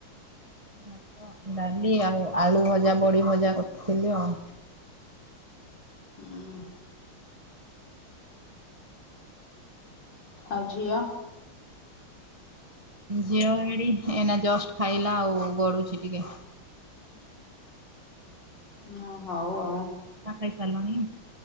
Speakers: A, on the right (about 20°); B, on the left (about 55°).
A: ଭାତ ଡାଲି ଆଉ ଆଳୁ ଭଜା ବଡି ଭଜା କରିଥିଲି ଆଉ।
B: ଉଁ ହୁଁ। ଆଉ ଝିଅ।
A: ଝିଅ ଏଡି ଏଇନା ଜଷ୍ଟ ଖାଇଲା ଆଉ ଗଡୁଛି ଟିକେ।
B: ହଁ ହଉ ଆଉ।
A: ତମେ ଖାଇସାରଣିି।